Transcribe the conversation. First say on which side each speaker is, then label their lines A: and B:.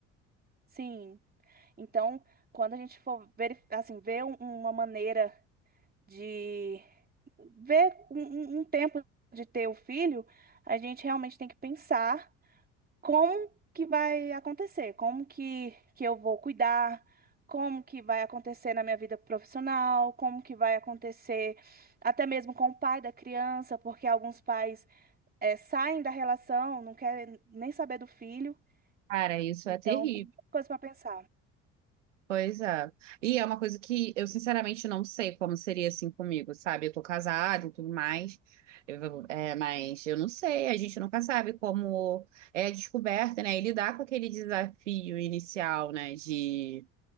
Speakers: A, on the right; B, on the right.
A: sim. Então, quando a gente for ver, assim, ver um- uma maneira de ver um, um- um tempo de ter o filho, a gente realmente tem que pensar. como que vai acontecer, como que, que eu vou cuidar, como que vai acontecer na minha vida profissional, como que vai acontecer até mesmo com o pai da criança, porque alguns pais eh, saem da relação, não querem nem saber do filho,
B: Cara, isso
A: então
B: é terrível.
A: tem muita coisa para pensar.
B: Pois é. E é uma coisa que eu sinceramente não sei como seria assim comigo, sabe? Eu tô casada e tudo mais, eu- é, mas eu não sei, a gente nunca sabe como é a descoberta, né? E lidar com aquele desafio inicial, né? De,